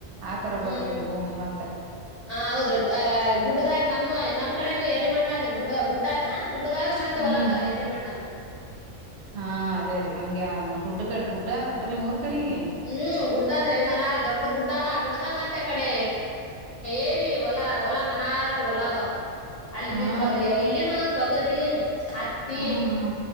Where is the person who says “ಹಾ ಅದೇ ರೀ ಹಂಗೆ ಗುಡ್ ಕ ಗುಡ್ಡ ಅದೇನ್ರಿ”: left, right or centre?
Right